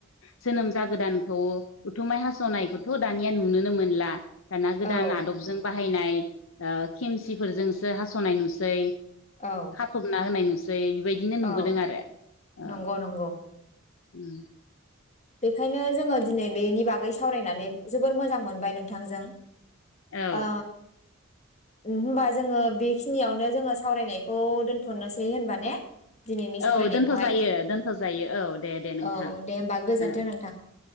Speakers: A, on the left; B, on the left.
A: जोनोम उन जागोदानखौ उथुमाय हास'नायखौथ' दानिया नुनोनो मोनला दाना गोदान
B: औ
A: आदबजों बाहायनाय ओ खेमसिफोरजोंसो हास'नाय नुसै
B: औ
A: फबना होनाय नुसै बेबायदिनो
B: औ
A: नुबोदों आरो ओम
B: नंगौ नंगौ बेखायनो जोङो दिनै बेनि बागै सावरायनानै जोबोर मोजां मोनबाय नोंथांजों
A: औ
B: ओ होनबा जोङो बेखिनियावनो जोङो सावरायनायखौ दोन्थ'नोसै होनबा ने दिनैनि सावरायनायखौहाय
A: औ दोनथ' जायो दोनथ' जायो औ दे दे नोंथां
B: औ दे होमबा गोजोन्थों
A: ओ
B: नोंथां